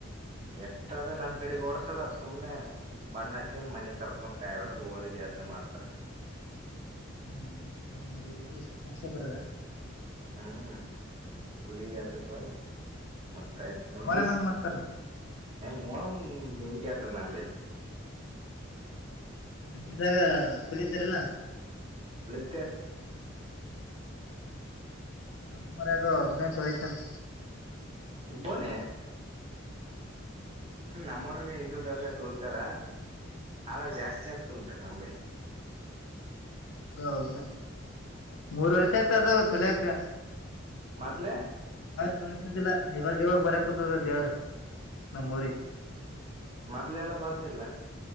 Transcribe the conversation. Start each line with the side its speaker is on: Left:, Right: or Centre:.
Right: ಎತ್ತದ ನಮ್ ಕಡೆಗೆ ಓಡ ಸಲ ಸುಮ್ನೆ ಬಣ್ಣ ಹಚ್ಚನ್ ಮನಿ ಕರ್ಕಂದ್ ಕಾಯಿ ಹೊಡ್ದ ಹೋಳಿಗೆ ಯಾವ್ದ ಮಾಡ್ತಾರ
Left: ಹ್ಮ್ರ ಅಂಗಡಿ ಹೋಗಿ ಅಷ್ಟೇ ಬರೋದ
Right: ಹ್ಮ್ ಗುಡಿಗ ತ ಕೈ ಮತ್ತ ಬ
Left: ಮೊಹರಂ ಹೆಂಗ್ ಮಾಡ್ತಾರ
Right: ಹ್ಮ ಬೆನಿಕಾತಂದ ಅಂಬಲಿ
Left: ಮಿದ್ದಾಗ ಕುಳಿತಾರಲ್ಲ
Right: ಅತ್ಯದ
Left: ನಮ್ಮರಾಗ ಒಬ್ನೇ ತೊಳಿತನ್
Right: ಉಬೋ ನ ನಮ್ಮೂರಗೆ ಹಿಂದೂದಾರ ತುಳತಾರ ಆದ್ರ ಜಾಸ್ತಿ ಅನ್ಕ ನಂಬಲಿಿ
Left: ಒನ ಮೂರ್ ವರ್ಷ ಆಯ್ತ ಅದು ತುಲಿಯಕ
Right: ಮೊದ್ಲೆ
Left: ತೊತಿದ್ದಿಲ್ಲ ಇವಾಗ ಇವಾಗ ಬರ ಕುೂತ್ತದ ದೇವ್ರ ನಮ್ಮ ಊರಿ
Right: ಮೊದ್ಲೆ ಎಲ್ಲ ಬಂದಿಲ್ಲ